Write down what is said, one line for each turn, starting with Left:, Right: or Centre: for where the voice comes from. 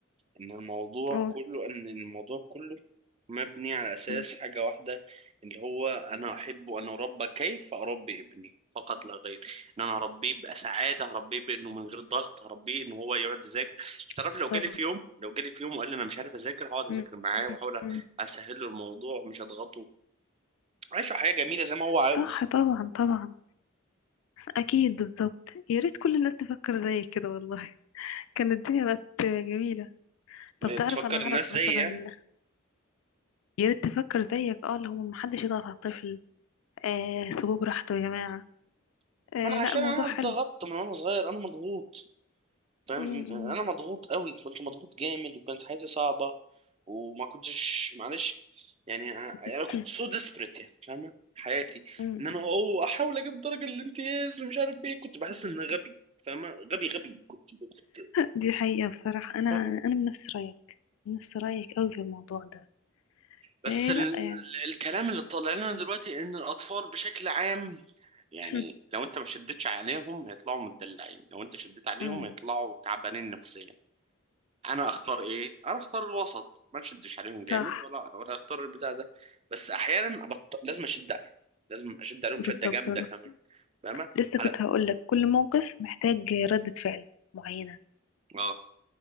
Right: ان الموضوع
Left: قول.
Right: كله ان الموضوع كله مبني على اساس
Left: مم،
Right: حاجه واحده اللي هو انا احبه انا اربى كيف اربي ابني فقط لا غير ان انا اربيه بسعاده هربيه بانه من غير ضغط هربيه ان هو يقعد يذاكر تعرف
Left: بالظبط
Right: لو جالي في يوم لو جالي في يوم وقال لي انا مش عارف اذاكر هقعد اذاكر
Left: مم،
Right: معاه
Left: مم،
Right: واحاول
Left: مم.
Right: اسهل له الموضوع مش اضغطه عيشه حياه جميله زي ما هو عاوز
Left: صح طبعا طبعا أكيد بالظبط يا ريت كل الناس تفكر زي كده والله كانت الدنيا بقت جميلة طب
Right: لا
Left: تعرف
Right: تفكر
Left: انا اعرف
Right: الناس
Left: مثلا
Right: زي يعني
Left: يا ريت تفكر زيك اه اللي هم محدش يضغط على الطفل آه سيبوه براحته يا جماعة آه
Right: ما انا
Left: لا
Right: عشان
Left: الموضوع
Right: انا
Left: حلو
Right: اتضغطت من وانا صغير انا مضغوط فاهم
Left: م- م-
Right: انا مضغوط قوي كنت مضغوط جامد وكانت حياتي صعبه وما كنتش معلش يعني انا
Left: <clears throat>
Right: أنا كنت سو ديسبريت يعني فاهمه حياتي
Left: م-
Right: ان انا
Left: م.
Right: اوه احاول اجيب درجه الامتياز ومش عارف ايه كنت بحس ان غبي فاهمه غبي غبي كنت كنت
Left: دي حقيقة بصراحة انا
Right: فاهمه
Left: انا من نفس رأيك من نفس رأيك قوي في الموضوع ده
Right: بس
Left: آه
Right: ال...
Left: لا يعني
Right: الكلام اللي طالع لنا دلوقتي ان الاطفال بشكل عام يعني
Left: <clears throat>
Right: لو انت ما شدتش عليهم هيطلعوا متدلعين لو انت شديت عليهم
Left: م.
Right: هيطلعوا تعبانين نفسيا انا اختار ايه انا اختار الوسط ما نشدش عليهم جامد
Left: صح
Right: ولا ولا اختار البتاع ده بس احيانا أبط... لازم اشد عليهم لازم اشد عليهم
Left: بالظبط
Right: شده جامده
Left: أنا
Right: كمان فاهمه
Left: لسه
Right: على
Left: كنت هقول لك كل موقف محتاج ردة فعل معينة
Right: اه